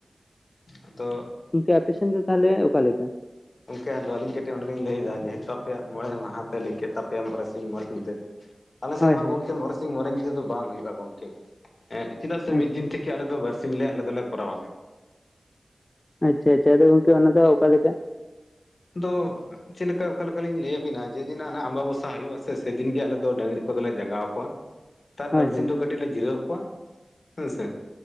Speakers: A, on the left (about 60°); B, on the left (about 35°).
A: ᱟᱫᱚ
B: ᱜᱚᱝᱠᱮ ᱟᱯᱮ ᱥᱮᱱ ᱫᱚ ᱛᱟᱦᱚᱞᱮ ᱚᱠᱟ ᱞᱮᱠᱟ?
A: ᱜᱚᱱᱠᱮ ᱟᱫᱚ ᱟᱞᱤᱧ ᱠᱟᱹᱴᱤᱡ ᱚᱸᱰᱮ ᱞᱤᱧ ᱞᱟᱹᱭ ᱮᱫᱟ ᱡᱮᱦᱮᱛᱩ ᱟᱯᱮᱭᱟᱜ ᱢᱚᱬᱮ ᱢᱟᱦᱟ ᱯᱮ ᱞᱟᱹᱭ ᱠᱮᱫ ᱛᱟᱯᱮᱭᱟ ᱢᱚᱬᱮ ᱥᱤᱧ ᱢᱚᱲᱮ ᱧᱤᱫᱟᱹ <unintelligible> ᱟᱞᱮᱥᱮᱫ
B: ᱦᱳᱭ
A: ᱢᱟ
B: ᱦᱳᱭ
A: ᱜᱚᱝᱠᱮ ᱢᱚᱲᱮ ᱥᱤᱧ ᱢᱚᱲᱮ ᱧᱤᱫᱟᱹ ᱫᱚ ᱵᱟᱝ ᱦᱩᱭᱩᱜᱼᱟ ᱜᱚᱝᱠᱮ <unintelligible> ᱪᱮᱫᱟᱜ ᱥᱮ
B: ᱟᱪᱪᱷᱟ
A: ᱢᱤᱫ ᱫᱤᱱ
B: ᱟᱪᱪᱷᱟ
A: ᱛᱷᱮᱠᱮ ᱟᱞᱮ ᱫᱚ ᱵᱟᱨ <unintelligible> ᱵᱟᱨᱥᱤᱧ ᱞᱮ ᱟᱞᱮ ᱫᱚᱞᱮ ᱠᱚᱨᱟᱣᱟ᱾
B: ᱟᱪᱪᱷᱟ ᱟᱪᱪᱷᱟ ᱜᱚᱝᱠᱮ ᱚᱱᱟ ᱫᱚ ᱚᱠᱟ ᱞᱮᱠᱟ?
A: ᱟᱫᱚ ᱪᱮᱫ ᱞᱮᱠᱟ ᱚᱠᱟ ᱞᱮᱠᱟ ᱞᱤᱧ ᱞᱟᱹᱭ ᱟᱵᱤᱱᱟ ᱡᱮᱫᱤᱱ ᱡᱟᱸᱜᱟ ᱟᱢᱵᱟᱵᱟᱹᱥᱭᱟᱹ ᱦᱩᱭᱩᱜᱼᱟ ᱥᱮ ᱥᱮᱹ ᱫᱤᱱ ᱜᱮ ᱟᱞᱮ ᱫᱚ ᱰᱟᱹᱝᱨᱤ ᱠᱚ ᱫᱚ‌ᱞᱮ ᱡᱟᱜᱟᱣ ᱠᱚᱣᱟ᱾ <unintelligible> ᱛᱟᱨ
B: ᱦᱳᱭ
A: ᱵᱟᱨᱥᱤᱧ
B: ᱦᱳᱭ
A: ᱫᱚ ᱠᱟᱹᱴᱤᱡ ᱞᱮ ᱡᱤᱨᱟᱹᱣ ᱟᱠᱚᱣᱟ ᱦᱮᱸᱥᱮ